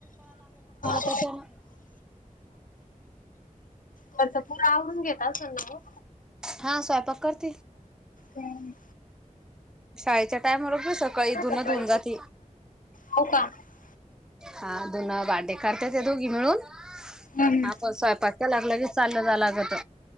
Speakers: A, on the left (about 80°); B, in the centre.
A: <inaudible>
B: त्याच्या ना.
A: तर तर पूर् आवडरून घेत असल ना ओ.
B: हा स्वयंपाक करते.
A: हम्.
B: शाळेच्या टाइमावर सकाळी धुन
A: सकाळी
B: धुन जाते.
A: हो का? हम्म
B: हा धुन भांडे करत्यात ते दोघी मिळून
A: हम्म.
B: हा पण स्वयंपाक झाला कालगीच चाललं जाय लागत.